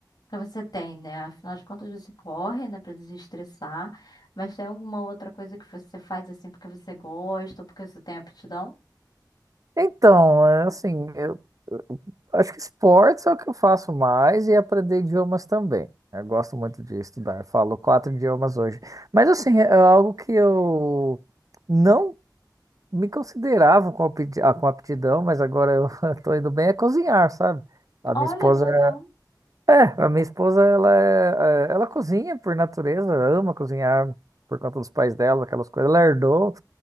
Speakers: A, on the left; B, on the right.
A: que você tem, né? Afinal de contas, você corre, né, para desestressar, mas tem alguma outra coisa que você faz assim porque você gosta ou porque você tem aptidão?
B: Então, é assim, eu, eu acho que esportes é o que eu faço mais e aprender idiomas também. Eu gosto muito de estudar, eu falo quatro idiomas hoje. Mas assim, é algo que eu não me considerava com apti- ah, com aptidão, mas agora eu <laughs> tô indo bem é cozinhar, sabe? A
A: Olha
B: minha esposa,
A: que legal.
B: é, a minha esposa, ela, é- é- ela cozinha por natureza, ama cozinhar por conta dos pais dela, aquelas coisas, ela herdou.